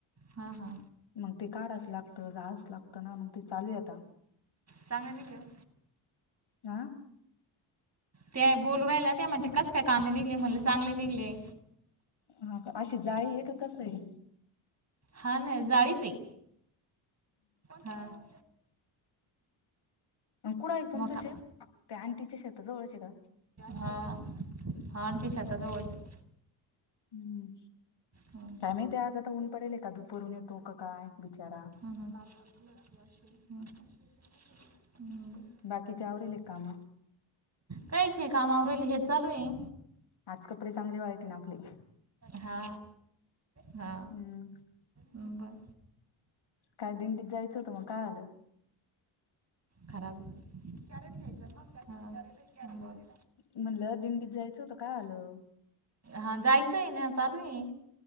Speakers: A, on the right; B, on the left.
A: हा हा.
B: मंग ते काढाचं लागत जावचं लाग होतं ना मंग ते चालू आहे आता
A: चांगले निघले हो.
B: आ.
A: त्या बोलू राहिला त्या म्हणते कसं काय कांदे निघले म्हणले चांगले निघले.
B: हा का अशी जाळी आहे का कसं आहे?
A: हा ना जाळीच आहे हा. <inaudible>
B: कुडं आहे तुमचं
A: मोठा
B: शेत ते आंटीच्या शेता जवळचे का?
A: हा हा आणंटीच्या आता जवळच आहे.
B: हम्म
A: हं,
B: काय माहिती आज आता ऊन पडेल आहे का दुपरून येतो का काय बिचारा.
A: हां लाल लाल <inaudible> म एवढं
B: बाकी आवरले का काम?
A: कायच नाही काम आवरेले हे चालू आहे.
B: आज कपडे चांगले वाढतिन आपले.
A: हा हा
B: हम्म
A: म बर.
B: काय दिंडीत जायचं होतं मग काय झालं?
A: खराब होतं हा बरं.
B: म्हणलं दिंडीत जायचं होतं काय झालं?
A: हा जायचं आहे ना चालू आहे.